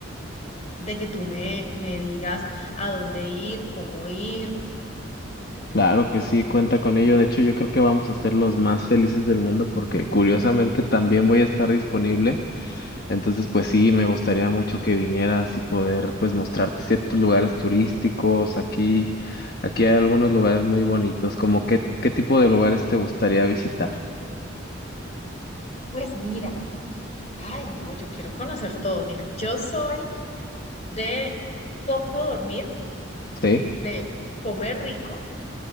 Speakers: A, on the left; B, on the left.
A: de que tú me, me digas a dónde ir, cómo ir.
B: Claro que sí, cuenta con ello. De hecho, yo creo que vamos a ser los más felices del mundo porque curiosamente también voy a estar disponible. Entonces, pues sí, me gustaría mucho que vinieras y poder pues mostrarte ciertos lugares turísticos. Aquí, aquí hay algunos lugares muy bonitos. Como qué, qué tipo de lugares te gustaría visitar?
A: Pues mira, Ay, no, yo quiero conocer todo. Mira, yo soy de poco dormir,
B: ¿Sí?
A: de comer rico,